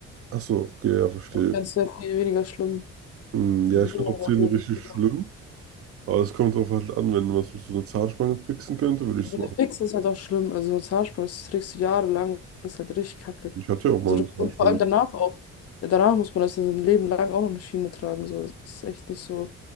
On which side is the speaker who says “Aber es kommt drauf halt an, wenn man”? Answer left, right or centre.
Right